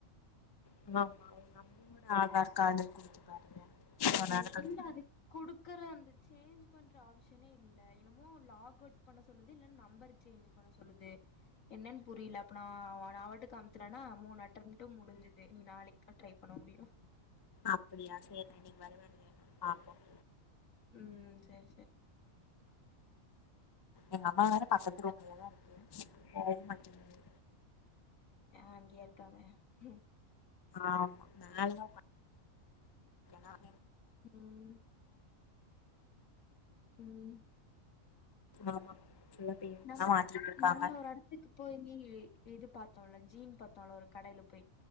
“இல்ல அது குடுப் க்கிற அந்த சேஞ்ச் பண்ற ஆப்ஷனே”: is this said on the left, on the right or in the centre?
Left